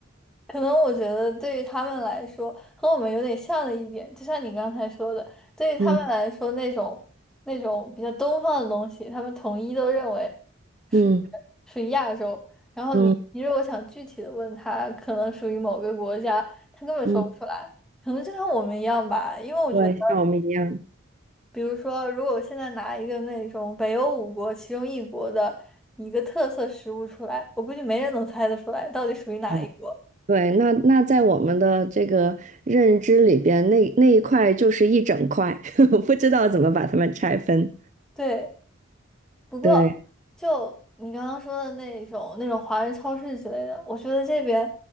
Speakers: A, in the centre; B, on the right (about 35°).
A: 可能我觉得对于他们来说，和我们有点像的一点，就像你刚才说的，对于他们来说，
B: 嗯
A: 那种那种比较东方的东西，他们统一都认为
B: 嗯
A: 属于属于亚洲。然后你你如果想具体的问他，
B: 嗯
A: 可能属于某个国家，他根本说不出来。
B: 嗯，
A: 可能就像我们一样吧，因为我觉得，
B: 对，像我们一样。
A: 比如说，如果我现在拿一个那种北欧五国其中一国的一个特色食物出来，我估计没人能猜得出来到底属于哪一国。
B: 哦，对，那那在我们的这个认知里边，那那一块就是一整块，<laughs> 不知道怎么把它们拆分。
A: 对。不过，
B: 对，
A: 就你刚刚说的那种那种华人超市之类的，我觉得这边，